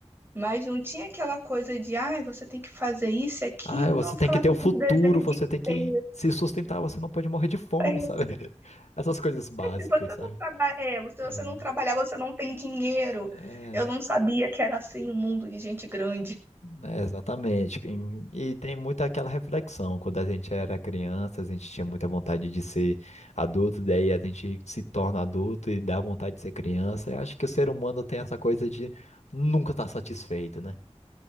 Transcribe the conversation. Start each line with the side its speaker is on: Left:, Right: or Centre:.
Right: Mas não tinha aquela coisa de, ai, você tem que fazer isso e aquilo.
Left: Ah, você
Right: Não, ficava
Left: tem que
Right: assistindo
Left: ter um futuro,
Right: desenho
Left: você
Right: o dia
Left: tem que
Right: inteiro.
Left: se sustentar, você não pode morrer de fome,
Right: É.
Left: sabe? <laughs> Essas coisas básicas,
Right: Se você
Left: sabe?
Right: não trabalha, é, se você
Left: É.
Right: não trabalhar, você não tem dinheiro.
Left: É,
Right: Eu não sabia que era assim o um mundo de gente grande.
Left: é, exatamente. Em- E tem muito aquela reflexão. Quando a gente era criança, a gente tinha muita vontade de ser adulto, daí a gente se torna adulto e dá vontade de ser criança. Eu acho que o ser humano tem essa coisa de nunca estar satisfeito, né?